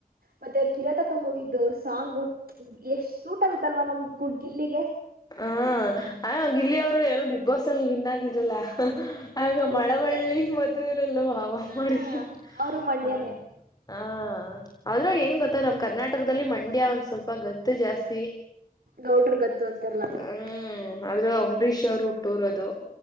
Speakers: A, on the right; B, on the left.
A: ಮತ್ತೆ ಕಿರಾತಕ ಮೂವಿದು ಸಾಂಗ್ ಎಷ್ಟ್ ಸೂಟ್ ಆಗುತ್ತಲ್ವಾ ನಮ್್ದ. ಗುಡ್ಗಿಲ್ಲಿಿಗೆ.
B: ಹ ಆಯ ಗಿಲ್ಲಿ ಅವರು ಏನು ಬಿಗ್ ಬಾಸ್ ಅಲ್ಲಿ ಭಿನ್ ಆಗಿದ್ರಲ್ಲ. ಆಗ
A: ಹ್ಮ್,
B: ಮಳವಳ್ಳಿ
A: ಅದೇ
B: ಮದರಲ್ವ ಹ
A: ಹಾ
B: ಮಾಡಕ
A: ಅವರು ಮಂಡ್ಯನೇ
B: ಹ. ಹಾ. ಆದ್ರು ಏನ್ ಗೊತ್ತಾ ನಮ್ ಕರ್ನಾಟಕದಲ್ಲಿ ಮಂಡ್ಯ ಒಂದ್ ಸ್ವಲ್ಪ ಗತ್ತು ಜಾಸ್ತಿ.
A: ಗೌಡ್ರ ಗತ್ತು ಅಂತಾರಲ್ಲ
B: <unintelligible>
A: ಹಂಗೆ
B: ಅಂಬರೀಶ್ ಅವ್ರ್ ಹುಟ್ಟೂರ್ ಅದು.